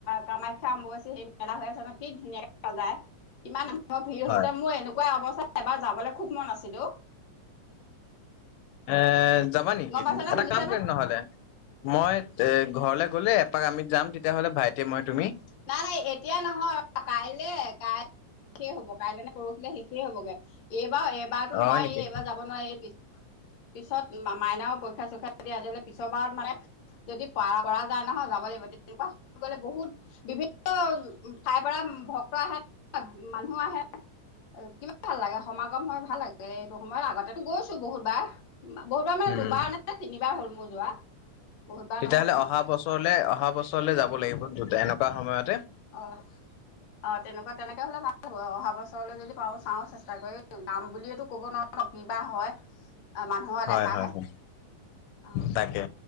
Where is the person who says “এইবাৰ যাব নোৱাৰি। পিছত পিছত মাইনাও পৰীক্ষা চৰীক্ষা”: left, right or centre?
Left